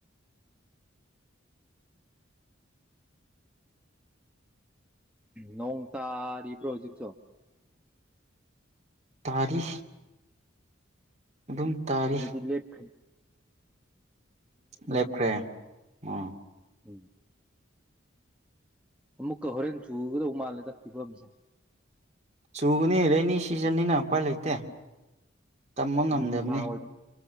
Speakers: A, in the centre; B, on the right (about 35°).
A: ꯅꯣꯡ ꯇꯥꯔꯤꯕ꯭ꯔꯣ ꯍꯧꯖꯤꯛꯁꯨ?
B: ꯇꯥꯔꯤ꯫ ꯑꯗꯨꯝ ꯇꯥꯔꯤ
A: ꯁꯤꯗꯗꯤ ꯂꯦꯞꯈꯔ꯭ꯦ ꯫
B: ꯂꯦꯞꯈ꯭ꯔꯦ ꯑꯣꯥ꯫
A: ꯎꯝ꯫ ꯑꯃꯨꯛꯀ ꯍꯣꯔꯦꯟ ꯆꯨꯒꯗꯧ ꯃꯥꯜꯂꯦꯗ ꯐꯤꯕꯝꯁꯦ
B: ꯆꯨꯒꯅꯤ ꯔꯦꯅꯤ ꯁꯤꯖꯟꯅꯤꯅ ꯎꯄꯥꯏ ꯂꯩꯇꯦ ꯇꯝꯕ
A: ꯅꫭꯡꯖꯨ
B: ꯉꯝꯗꯕꯅꯤ
A: ꯊꯥ ꯑꯣꯏ